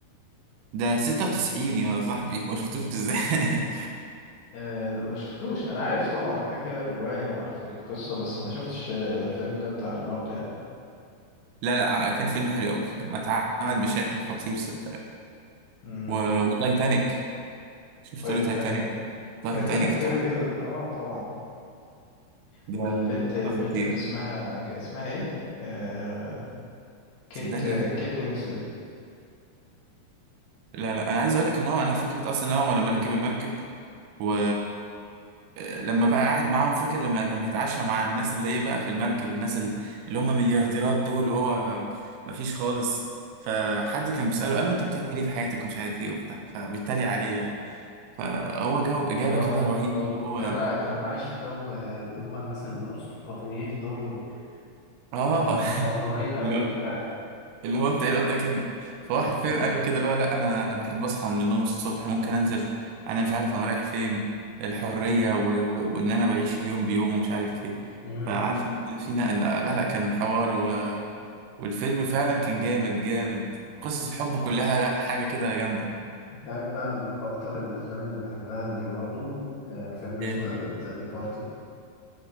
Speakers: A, on the right; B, on the left.
A: ده 96 يا صاحبي ما شفتوش ازاي
B: آه، لا، ما شفتوش انا عارف طبعا كده كده الرواية وعارف القصة بس ما شفتش آه، الفيلم ده بتاع ليوناردو يعني
A: <laughs> لا لا كان فيلم حلو قوي ما اتعمل بشكل خطير صدقني
B: امم
A: و... وتايتانيك شفت
B: تايتانيك
A: له تايتانيك تايتانيك
B: تايتانيك كده
A: تحفه
B: كده اه طبعا
A: ده
B: والبنت البنت
A: ده خطير
B: اللي اسمها كان اسمها ايه آه... كيت
A: صدقني
B: كيت وينسلت
A: لا لا انا عايز اقول لك ان هو انا فكره اصلا ان هو لما ركب المركب و لما بقى قاعد معاهم فاكر لما كان بيتعشى مع الناس اللي هي بقى في المركب الناس ال- اللي هم مليارديرات دول وهو مفيش خالص فحد كان بيسأله قال له انت بتعمل ايه في حياتك ومش عارف ايه وبتاع فبيتريق عليه يعني فهو جاوب إجابة
B: اه
A: كده رهيب
B: هو
A: هو
B: كان كان عايش في جو آه، اللي هم الناس الارستقراطيين دول
A: اه
B: كانوا مغرورين قوي
A: <laughs> لا
B: وبتاع
A: اللي هو انت ايه اللي قدامك هنا فهو
B: مم.
A: حرفيا قال له كده اللي هو لا انا انا بحب اصحى من النوم الصبح ممكن انزل انا مش عارف انا رايح فين الحريه و... و... وان انا بعيش اليوم بيوم ومش عارف ايه
B: امم
A: فعارف ان فينا ان لا لا كان حوار و... والفيلم فعلا كان جامد جامد قصص الحب كلها لا حاجه كده جامده
B: انت عارف بقى من اكتر الافلام اللي بحبها ليوناردو آه، الفيلم اللي
A: ايه
B: اسمه ذا ديبارتد